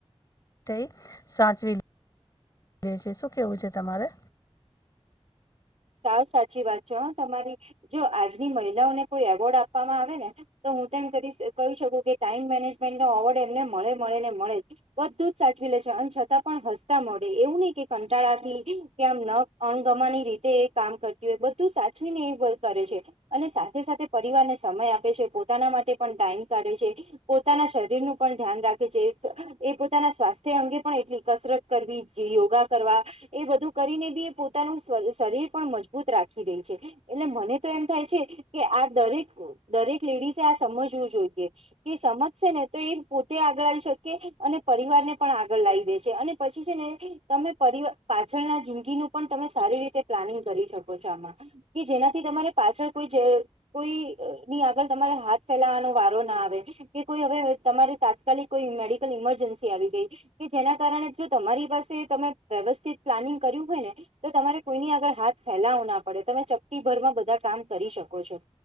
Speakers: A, on the left; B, on the right.
A: થઈ સાચવી લે છે શું કેવું છે તમારે.
B: સાવ સાચી વાત છે હો તમારી જો આજની મહિલાઓને કોઈ એવોર્ડ આપવામાં આવે ને. તો હું તેમ કરી કહી શકું કે ટાઈમ મેનેજમેન્ટ નો અવોર્ડ એમને મળે મળે ને મળે. બધું જ સાચવી લે છે અને છતાં પણ હસતા મોંઢે એવું નહિ કે કંટાળાથી કે આમ ન અણગમાણી રીતે એ કામ કરતી હોય બધું સાચવીને એ કરે છે. અને સાથે સાથે પરિવારને સમય આપે છે પોતાના માટે પણ ટાઈમ કાઢે છે. પોતાના શરીરનું પણ ધ્યાન રાખે છે એ પોતાના સ્વાસ્થ્ય અંગે પણ એટલી કસરત કરવી જી યોગા કરવા એ બધું કરીને બી પોતાનું શ શરીર. પણ મજબૂત રાખવી રે છે એટલે મને તો એમ થાય છે કે આ દરેક દરેક લેડીસે આ સમજવું જોઈએ. એ સમજશે ને તો એ પોતે આગળ લ શકે અને પરિવાર ને પણ આગળ લાવી દેશે અને. પછી છે ને તમે પરિવાર પાછળના જિંદગીનું પણ તમે સારી રીતે પ્લાનિંગ કરી શકો છો આમાં કે જેનાથી તમારે પાછળ કોઈ જે. કોઈ ની આગળ તમારે હાથ ફેલાવાનો વારો ના આવે. કે કોઈ હવે તમારે તાત્કાલિક કોઈ મેડિકલ ઈમરજન્સી આવી ગઈ. કે જેના કારણે જો તમારી પાસે તમે વ્યવસ્થિત પ્લાનિંગ કર્યું હોય ને. તો તમારે કોઈની આગળ હાથ ફેલાવો ના પડે તમે ચપટી ભરમાં બધા કામ કરી શકો છો.